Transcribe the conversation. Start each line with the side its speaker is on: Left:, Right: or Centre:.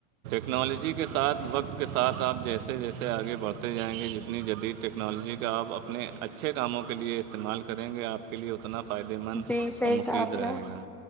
Right: ٹیکنالوجی کے ساتھ وقت کے ساتھ آپ جیسے جیسے آگے بڑھتے جائیں گے جتنی جدید ٹیکنالوجی کا آپ اپنے اچھے کاموں کے لیے استعمال کریں گے آپ کے لیے اتنا فائدے مند
Centre: جی صحیح
Right: اور مفید
Centre: کہا آپ نے
Right: رہے گا